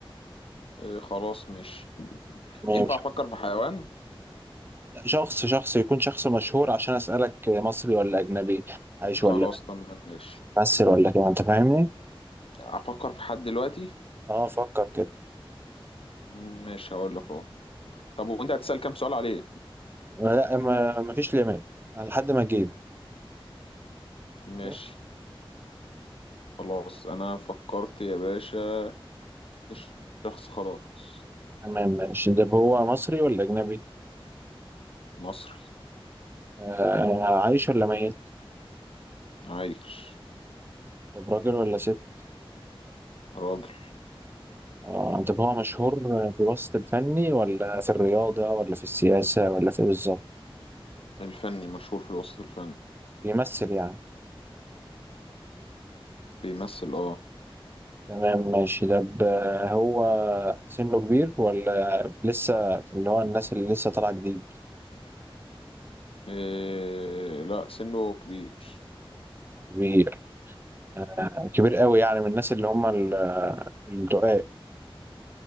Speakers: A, on the left; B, on the right.
A: إيه خلاص ماشي
B: ماشي
A: ينفع أفكر في حيوان
B: لا، شخص شخص يكون شخص مشهور عشان أسألك مصري ولا أجنبي عايش ولا
A: خلاص تمام ماشي
B: ممثل ولا كده أنت فاهمني؟
A: أفكر في حد دلوقتي
B: أه فكر كده
A: مم، ماشي هقول لك أهو طب وأنت هتسأل كام سؤال عليه
B: لا ما مفيش ليميت لحد ما أجيب
A: ماشي
B: أوكي؟
A: خلاص أنا فكرت يا باشا في شخص خلاص
B: تمام ماشي ده هو مصري ولا أجنبي؟
A: مصري
B: آه عايش ولا ميت؟
A: عايش
B: طب راجل ولا ست؟
A: راجل
B: آه طب هو مشهور في الوسط الفني ولا في الرياضة ولا في السياسة ولا في إيه بالظبط؟
A: الفني مشهور في الوسط الفني
B: بيمثل يعني
A: بيمثل اه
B: تمام ماشي طب آه، هو سنه كبير ولا لسه في اللي هو الناس اللي لسه طالعة جديد؟
A: إيه لا سنه كبير
B: كبير آه، كبير قوي يعني من الناس اللي هم ال- الرقاق